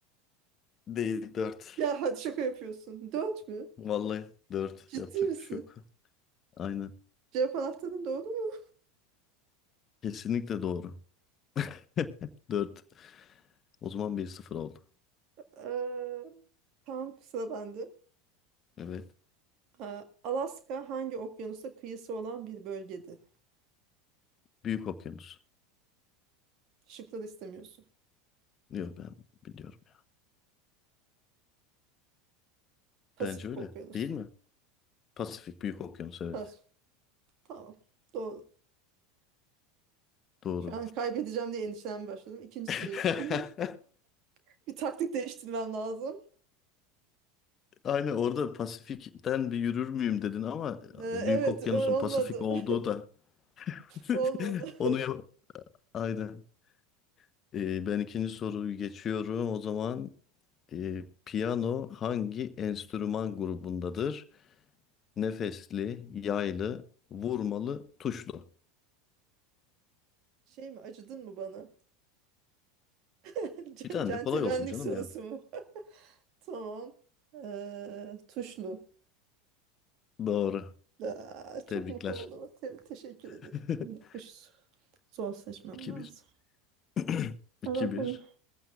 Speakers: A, on the left; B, on the right.
A: Değil dört.
B: Ya hadi şaka yapıyorsun. Dört mü?
A: Vallahi 4.
B: Ciddi
A: Yapacak
B: misin?
A: bir şey yok. Aynen.
B: Cevap anahtarın doğru mu?
A: Kesinlikle doğru. <laughs> Dört. O zaman bir sıfır oldu.
B: Ee, tamam sıra bende.
A: Evet.
B: Ee, Alaska hangi okyanusa kıyısı olan bir bölgedir?
A: Büyük okyanus.
B: Şıkları istemiyorsun.
A: Diyor ben biliyorum. ya.
B: Pasifik
A: Bence öyle.
B: Okyanusu.
A: Değil mi? Pasifik Büyük Okyanus evet.
B: Pas. Tamam. Doğru.
A: Doğru.
B: Şu an kaybedeceğim diye endişelenmeye başladım. İkinci
A: <laughs>
B: soruyu sor. <laughs> Bir taktik değiştirmem lazım.
A: Aynen orada Pasifik'ten bir yürür müyüm dedin ama
B: Ee,
A: Büyük
B: Evet,
A: Okyanus'un
B: ö- olmadı.
A: Pasifik olduğu
B: <laughs>
A: da <laughs>
B: Olmadı.
A: onu ya- Aynen. Ee, ben ikinci soruyu geçiyorum. O zaman e, piyano hangi enstrüman grubundadır? Nefesli, yaylı, vurmalı, tuşlu.
B: <laughs> Şey mi, acıdın mı bana? <laughs> C-
A: Bir tane
B: Centilmenlik
A: de kolay olsun canım
B: sorusu
A: yani.
B: mu? <laughs> Tamam. Ee, tuşlu.
A: Doğru.
B: Aa, çok
A: Tebrikler.
B: mutlu oldum. Te- teşekkür
A: <laughs>
B: ederim. Bir dakika şu zor seçmem
A: 2
B: lazım.
A: bir. <clears throat> 2
B: Allah
A: bir.
B: bunu